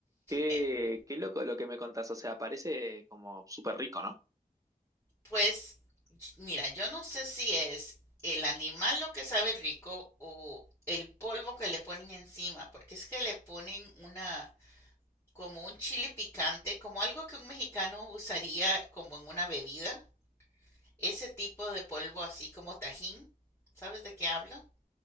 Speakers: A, on the right; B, on the left.
A: Qué,
B: E-
A: qué loco lo que me contás, o sea, parece como súper rico, ¿no?
B: Pues ch- mira, yo no sé si es el animal lo que sabe rico o el polvo que le ponen encima, porque es que le ponen una, como un chile picante, como algo que un mexicano usaría como en una bebida, ese tipo de polvo así como tajín, ¿sabes de qué hablo?